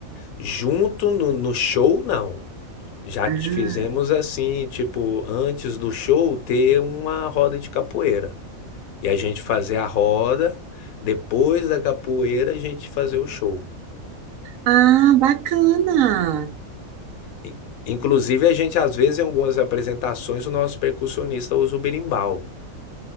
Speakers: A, on the left; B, on the right.
A: Junto no no show, não. Já
B: Hum.
A: t fizemos assim, tipo, antes do show ter uma roda de capoeira. E a gente fazer a roda, depois da capoeira a gente fazer o show.
B: Ah, bacana!
A: In inclusive a gente, às vezes, em algumas apresentações, o nosso percussionista usa o berimbau.